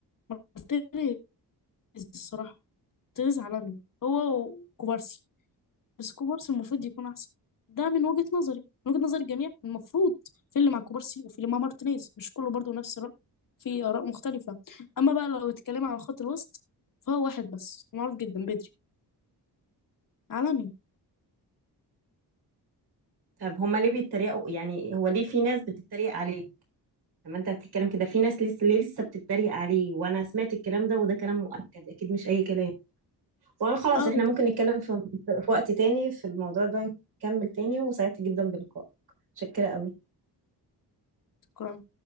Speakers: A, on the left (about 55°); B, on the right (about 70°).
A: مارتينيز الصراحه مارتينيز عالمي هو وكوبارسي بس كوبارسي المفروض يكون احسن ده من وجهه نظري من وجهه نظر الجميع المفروض في اللي مع كوبارسي وفي اللي مع مارتينيز مش كله برضه نفس الرأي في آراء مختلفة أما بقى لو اتكلم عن خط الوسط فهو واحد بس معروف جدا بدري عالمي
B: طب هما ليه بيتريقوا يعني هو ليه في ناس بتتريق عليه لما انت بتتكلم كده في ناس لسه لسه بتتريق عليه وانا سمعت الكلام ده وده كلام مؤكد اكيد مش اي كلام وانا خلاص
A: اه
B: احنا
A: بتاع
B: ممكن نتكلم في في وقت تاني في الموضوع ده نكمل تاني وسعدت جدا بلقائك متشكرة قوي
A: الكرة